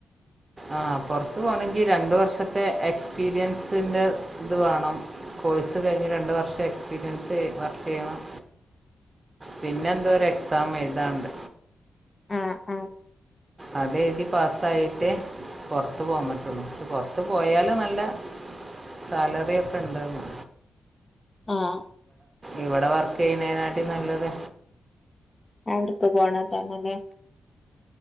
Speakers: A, on the right (about 30°); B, on the left (about 25°).
A: ആ പുൊറത്തു പോണമെങ്കി രണ്ടു വർഷത്തെ എക്സ്പീരിയൻസിന്റെ ഇത് വേണം കോഴ്സ് കഴിഞ്ഞ് രണ്ടു വർഷം എക്സ്പീരിയൻസ് വർക്ക് ചെയ്യണം പിന്നെ എന്തോ ഒരു എക്സാം എഴുതാണ്ട്
B: ആഹ ആഹ
A: അത്െഴുതി പാസ്സായിട്ടേ പറത്ത പോകാൻ പറ്റുള്ളു പക്ഷ പൊറത്ത പോയല് നല്ല സാലറി ഒക്കെ ഇണ്ട്ന്ന്
B: ആഹ
A: ഇവിടെ വർക്ക് ചെയ്യുന്നേനാട്ടിൽ നല്ലത്
B: വിടുക്ക പോണ തന്നല്ലേ